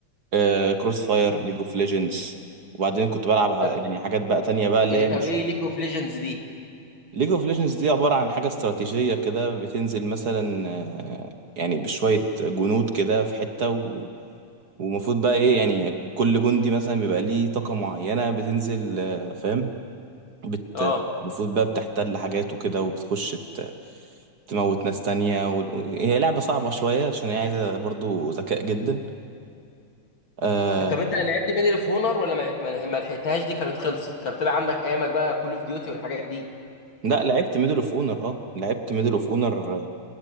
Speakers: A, on the right; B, on the left.
A: آه كروس فاير ليج اوف ليجندز وبعدين كنت بلعب على
B: طب
A: يعني حاجات بقى تانية بقى اللي
B: ايه
A: هي مش
B: طب ايه ليج اوف ليجندز دي
A: ليج اوف ليجندز دي عبارة عن حاجة استراتيجية كده بتنزل مثلا آه، يعني بشوية جنود كده في حتة و... ومفروض بقى ايه يعني كل جندي مثلا بيبقى ليه طاقة معينة بتنزل آه، فاهم بت...
B: اه
A: المفروض بقى بتحتل حاجات وكده وبتخش ت... تموت ناس تانية و... و- هي لعبة صعبة شوية عشان هي عايزة برضو ذكاء جدا آه...
B: اه، طب انت لعبت ميدل اوف هونر ولا ما لعبت- ما ما لحقتهاش دي كانت خلصت كان طلع عندك ايامك بقى كول اوف ديوتي والحاجات دي
A: لا لعبت ميدل اوف اونر اه لعبت ميدل اوف اونر